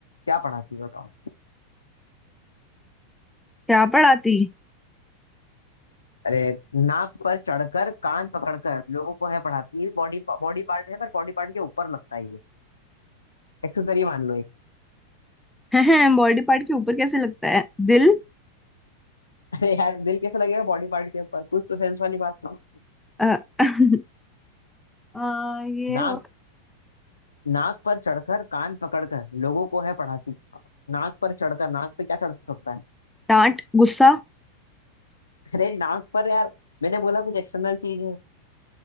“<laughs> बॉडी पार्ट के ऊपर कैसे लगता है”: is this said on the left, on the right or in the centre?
Centre